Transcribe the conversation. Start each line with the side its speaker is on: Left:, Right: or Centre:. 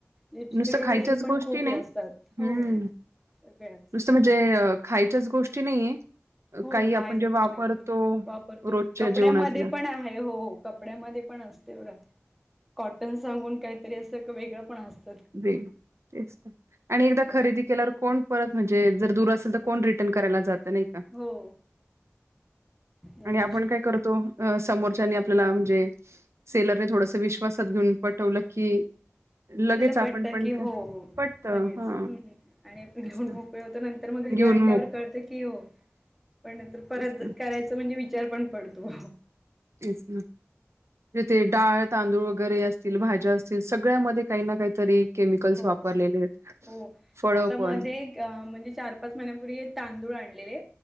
Centre: लिपस्टिक
Right: नुसतं
Centre: वगैरे
Right: खायच्याच
Centre: हे पण
Right: गोष्टी
Centre: खूप
Right: नाही
Centre: हे असतात हो
Right: हम्म
Centre: हो सगळ्याच
Right: नुसतं म्हणजे खायच्याच गोष्टी नाहीये.
Centre: हो
Right: काही
Centre: काहीच
Right: आपण जे
Centre: कस
Right: वापरतो
Centre: नाही वापरतो
Right: रोजच्या
Centre: कपड्यामध्ये
Right: जीवनातल्या
Centre: पण आहे हो, हो कपड्या मध्ये पण असते बघा कॉटन सागुन काही तरी असं एक वेगळं पण असत.
Right: बे तेच आणि एकदा
Centre: हो
Right: खरेदी केल्यावर कोण परत म्हणजे जर दूर असेल तर कोण रेट रिटन करायला जात नाही का
Centre: हो दररोज
Right: आणि आपण काय करतो समोरच्यानी आपल्याला म्हणजे. सेलरने थोडस विश्वासात घेऊन पटवलं की लगेच आपण
Centre: पटतकी
Right: पण
Centre: हो
Right: काय
Centre: हो
Right: पटत
Centre: लगेच
Right: हा
Centre: आणि आपण घेऊन
Right: तेच ना
Centre: मोकळे होतो नंतर मग घरी
Right: घेऊन
Centre: आणल्यावर
Right: मोक
Centre: कळतं की हो. पण नंतर परत
Right: तेच ना
Centre: करायच म्हणजे विचार पण पडतो.
Right: असच ना. तिथे डाळ, तांदूळ वगैरे असतील भाज्या असतील सगळ्यामध्ये काही ना काहीतरी केमिकल्स
Centre: हो
Right: वापरलेलेत
Centre: हो
Right: फळं
Centre: आता मध्ये
Right: पण
Centre: एक अ म्हणजे चार, पाच महिन्यापूर्वी तांदूळ आणलेले